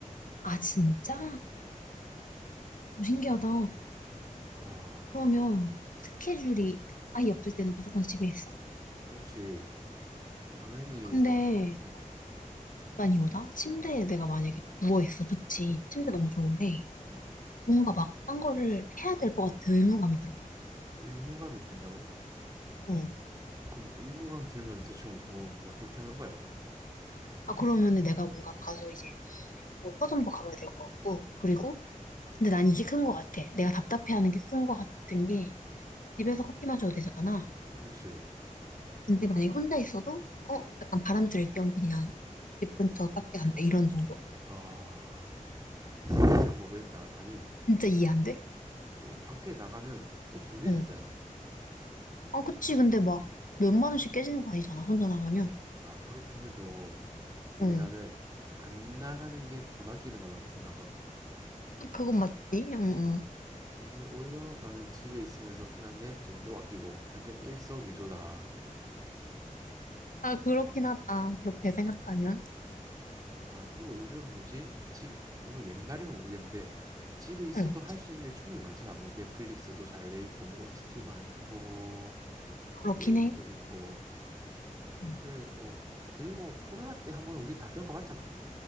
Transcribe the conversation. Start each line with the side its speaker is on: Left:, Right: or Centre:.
Left: 아, 진짜? 오, 신기하다.
Right: 아,
Left: 그러면
Right: 예.
Left: 스케줄이 아예 없을 때는 무조건 집에 있어?
Right: 그렇지. 당연히
Left: 근데
Right: 없. 어,
Left: 난 이거다. 침대에 내가 만약에 누워있어. 좋지. 침대 너무
Right: 음,
Left: 좋은데
Right: 음.
Left: 뭔가 막 딴 거를 해야 될 것 같아. 의무감이 들어.
Right: 의무감이 든다고?
Left: 응.
Right: 그럼 의무감 들면 대충 뭐, 뭐 어떻게 하는 거야 그러면?
Left: 아, 그러면은 내가 뭔가 가서 이제 뭐 서점도 가봐야 될 것 같고, 그리고
Right: 음,
Left: 근데 난 이게 큰 거 같아. 내가 답답해하는 게 큰 거 같은 게 집에서 커피 마셔도 되잖아.
Right: 그렇지.
Left: 근데 만약에 혼자 있어도 어 약간 바람 쐴 겸 그냥 집 근처 카페 간다 이런 정도?
Right: 아, <laughs> 진짜
Left: 응.
Right: 모르겠다. 아니,
Left: 진짜 이해 안 돼?
Right: 또 밖에 나가면 또 돈이
Left: 응.
Right: 들잖아.
Left: 아 그치 근데 막 몇만 원씩 깨지는 거 아니잖아 혼자 나가면.
Right: 아, 그렇게 해도 이게
Left: 응.
Right: 나는 안 나가는 게 돈 아끼는 거다 생각하거든.
Left: 아, 그건 맞지? 응, 응.
Right: 이게 오히려 나는 집에 있으면서 편한데 돈도 아끼고 완전 일석이조다.
Left: 아 그렇긴 하다. 그렇게 생각하면.
Right: 아, 그리고 요즘 뭐지? 집에, 물론 옛날이면 모르겠는데 집에 있어도
Left: 응.
Right: 할 수 있는 게 충분히 많잖아. 뭐 넷플릭스도 잘 돼 있고, 뭐 OTT 많고,
Left: 그렇긴
Right: 뭐 게임도
Left: 해.
Right: 있고
Left: 응.
Right: 사실 뭐 그리고 코로나 때 한번 우리 다 겪어봤잖아